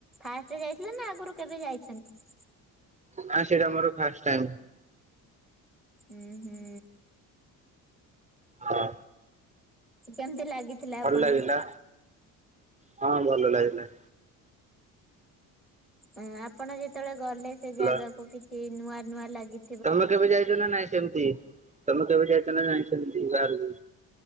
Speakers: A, in the centre; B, on the right.
A: ଫାଷ୍ଟ ଯାଇଥିଲା ନା ଆଗରୁ କେବେ ଯାଇଛନ୍ତି।
B: ନାଁ ସେଇଟା ମୋର ଫାଷ୍ଟ ଟାଇମ୍।
A: ଉଁ ହୁଁ।
B: ହଁ।
A: କେମତି ଲାଗିଥିଲା
B: ଭଲ
A: ଆପଣଙ୍କୁ।
B: ଲାଗିଲା ହଁ ଭଲ ଲାଗିଥୀଲା।
A: ହଁ ଆପଣ ଯେତେବେଳେ ଗଲେ ସେ
B: ଭଲ
A: ଜାଗାକୁ କିଛି ନୂଆ ନୂଆ ଲାଗି।
B: ତମେ କେବେ ଯାଇଛ ନା ନାଇଁ ସେମିତି ତମେ କେବେ ଯାଇଛ ନା ନାଇଁ ସେମିତି ବାହାରୁକୁ।